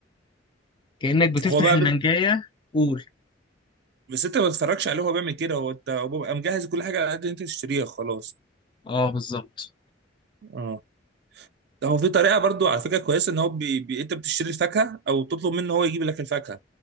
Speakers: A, on the left; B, on the right.
A: كانك بتفتح
B: هو بقى
A: المانجايه
B: بي-
A: قول
B: بس انت ما تتفرجش عليه هو بيعمل كده هو انت هو بيبقى مجهز كل حاجة على قد انت تشتريها خلاص
A: اه بالظبط
B: اه هو في طريقه برضو على فكره كويسه ان هو بي... بي... انت بتشتري الفاكهه او تطلب منه هو يجيب لك الفاكهه